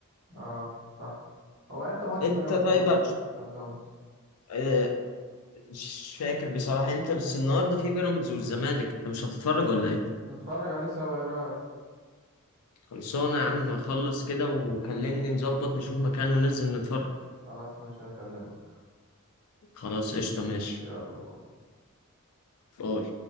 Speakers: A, on the right; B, on the left.
A: اه صح هو امتى ماتش
B: انت
A: بيراميدز
B: طيب
A: وصن
B: هت-
A: داونز
B: آه، مش فاكر بصراحة انت بس النهارده في بيراميدز والزمالك انت مش هتتفرج ولا ايه
A: نتفرج عليه سوا ايه رايك
B: خلصانة يا عم خلص كده وكلمني نظبط نشوف مكان وننزل نتفرج
A: خلاص ماشي هكلمك
B: خلاص قشطة ماشي
A: يلا بقى
B: باي